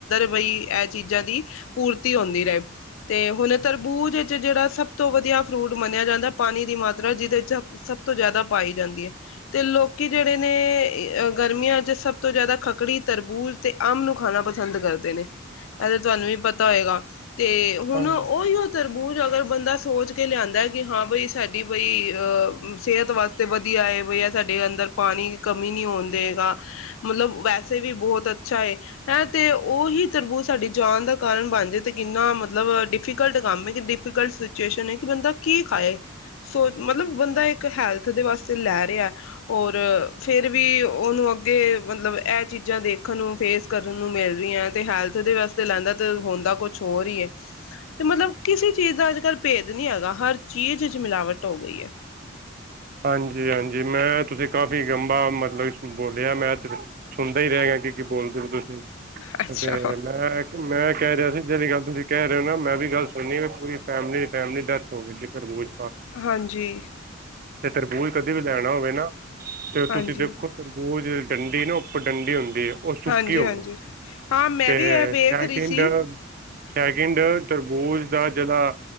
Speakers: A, on the left; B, on the right.
A: ਬਈ ਇਹ ਚੀਜ਼ਾਂ ਦੀ ਪੂਰਤੀ ਹੁੰਦੀ ਰਹੇ ਤੇ ਹੁਣ ਤਰਬੂਜ਼ ਵਿੱਚ ਜਿਹੜਾ ਸਭ ਤੋਂ ਵਧੀਆ ਫਰੂਟ ਮੰਨਿਆ ਜਾਂਦਾ ਪਾਣੀ ਦੀ ਮਾਤਰਾ ਜਿਹਦੇ ਚ ਸਭ ਤੋਂ ਜ਼ਿਆਦਾ ਪਾਈ ਜਾਂਦੀ ਹੈ ਤੇ ਲੋਕੀ ਜਿਹੜੇ ਨੇ ਗਰਮੀਆਂ ਚ ਸਭ ਤੋਂ ਜ਼ਿਆਦਾ ਖੱਕੜੀ ਤਰਬੂਜ਼ ਤੇ ਅੰਮ ਨੂੰ ਖਾਣਾ ਪਸੰਦ ਕੀਤੇ ਨੇ ਇਹ ਤੇ ਤੁਹਾਨੂੰ ਵੀ ਪਤਾ ਹੋਏਗਾ । ਤੇ ਹੁਣ
B: ਹਾਂ
A: ਓਹੀਉ ਤਰਬੂਜ਼ ਅਗਰ ਬੰਦਾ ਸੋਚ ਕੇ ਲਿਆਂਦਾ ਹੈ ਕਿ ਹਾਂ ਬਈ ਸਾਡੀ ਬਈ ਸਿਹਤ ਵਾਸਤੇ ਵਧੀਆ ਹੈ ਬਈ ਸਾਡੇ ਅੰਦਰ ਪਾਣੀ ਦੀ ਕਮੀ ਨਹੀਂ ਹੋਣ ਦਏਗਾ ਮਤਲਬ ਵੈਸੇ ਵੀ ਬਹੁਤ ਅੱਛਾ ਏ ਹੈਂ ਤੇ । ਉਹ ਹੀ ਤਰਬੂਜ਼ ਸਾਡੀ ਜਾਨ ਦਾ ਕਾਰਨ ਬਣ ਜਾਏ ਤੇ ਕਿੰਨਾ ਮਤਲਬ ਡਿਫੀਕਲਟ ਕੰਮ ਹੈ, ਡਿਫੀਕਲਟ ਸਿਚੁਏਸ਼ਨ ਹੈ ਕਿ ਬੰਦਾ ਕੀ ਖਾਏ ਸੋ ਮਤਲਬ ਬੰਦਾ ਇੱਕ ਹੈਲਥ ਦੇ ਵਾਸਤੇ ਲੈ ਰਿਹਾ ਔਰ ਫਿਰ ਵੀ ਉਹਨੂੰ ਅੱਗੇ ਮਤਲਬ ਇਹ ਚੀਜ਼ਾਂ ਦੇਖਣ ਨੂੰ ਫੇਸ ਕਰਨ ਨੂੰ ਤੇ ਹੈਲਥ ਦੇ ਵਾਸਤੇ ਲੈਂਦਾ ਤੇ ਹੁੰਦਾ ਕੁਛ ਹੋਰ ਹੀ ਹੈ ਤੇ ਮਤਲਬ ਕਿਸੇ ਚੀਜ਼ ਦਾ ਅੱਜ ਕੱਲ ਭੇਦ ਨੀ ਹੈਗਾ, ਹਰ ਚੀਜ਼ ਚ ਮਿਲਾਵਟ ਹੋ ਗਈ ਹੈ।
B: ਹਾਂਜੀ ਹਾਂਜੀ ਮੈਂ ਤੁਸੀਂ ਕਾਫ਼ੀ ਗੰਭਾ <unintelligible> ਮਤਲਬ ਬੋਲਿਆ ਤੇ ਮੈਂ ਸੁਣਦਾ ਹੀ ਰਹਿ ਗਿਆ ਕੀ ਕੀ ਬੋਲ ਤੁਸੀਂ,
A: ਅੱਛਾ
B: ਤੇ ਮੈਂ ਮੈਂ ਕਹਿ ਰਿਹਾ ਸੀ, ਜਿਹੜੀ ਗੱਲ ਤੁਸੀਂ ਕਹਿ ਰਹੇ ਹੋ ਨਾ ਮੈਂ ਵੀ ਗੱਲ ਸੁਣੀ ਵੀ ਪੂਰੀ ਫੈਮਲੀ ਫੈਮਲੀ ਡੈਥ ਹੋ ਗਈ ਸੀ ਤਰਬੂਜ਼
A: ਹਾਂਜੀ।
B: ਤੇ ਤਰਬੂਜ਼ ਕਦੇ ਵੀ ਲੈਣਾ ਹੋਵੇ ਨਾ ਫਿਰ
A: ਹਾਂਜੀ
B: ਤੁਸੀਂ ਦੇਖੋ ਤਰਬੂਜ਼ ਤੇ ਡੰਡੀ ਨਾ ਉੱਪਰ ਡੰਡੀ ਹੁੰਦੀ ਹੈ ਉਹ ਸੁੱਕੀ
A: ਹਾਂਜੀ
B: ਹੋਵੇ
A: ਹਾਂਜੀ ਹਾਂ ਮੈਂ
B: ਤੇ
A: ਵੀ ਇਹ ਵੇਖ
B: ਸੈਕਿੰਡ
A: ਰਹੀ ਸੀ
B: ਸੈਕਿੰਡ ਤਰਬੂਜ ਦਾ ਜਿਹੜਾ